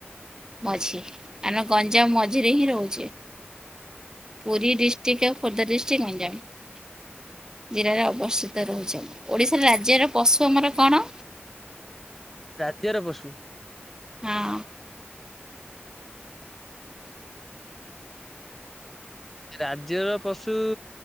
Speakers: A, on the right; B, in the centre.
A: ମଝି ଆମେ ଗଞ୍ଜାମ ମଝିରେ ହିଁ ରହୁଛେ। ପୁରୀ ଡିଷ୍ଟ୍ରିକ୍ଟ ଆଉ ଖୋର୍ଦ୍ଧା ଡିଷ୍ଟ୍ରିକ୍ଟ ଗଞ୍ଜାମ ଜିଲ୍ଲାରେ ଅବସ୍ଥିତ। ତ ରହୁଛି ଆମର ଓଡ଼ିଶା ରାଜ୍ୟର ପଶୁ ଆମର କଣ?
B: ରାଜ୍ୟର ପଶୁ?
A: ହଁ।
B: ରାଜ୍ୟର ପଶୁ